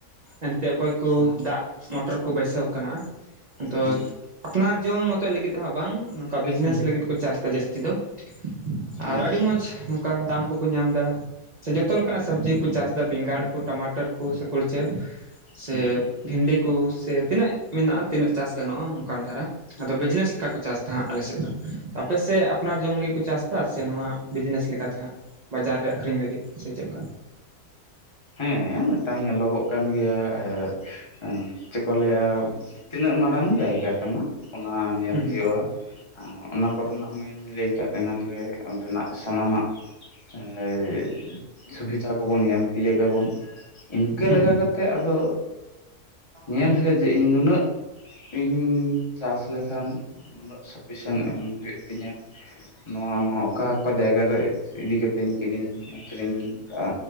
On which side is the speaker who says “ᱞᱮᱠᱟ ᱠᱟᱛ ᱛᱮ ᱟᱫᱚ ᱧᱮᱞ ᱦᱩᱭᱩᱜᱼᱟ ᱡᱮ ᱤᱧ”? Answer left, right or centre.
Left